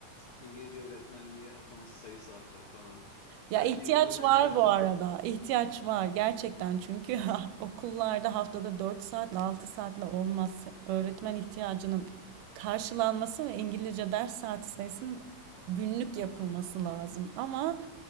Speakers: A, on the left; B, on the right.
A: İngilizce öğretmenliğe ataması sayısı artar falan.
B: Ya
A: Belki
B: ihtiyaç
A: öğrenciler
B: var bu
A: çok
B: arada. İhtiyaç var gerçekten çünkü <laughs> okullarda haftada 4 saatle 6 saatle olmaz. Öğretmen ihtiyacının karşılanması ve İngilizce ders saati sayısının günlük yapılması lazım. Ama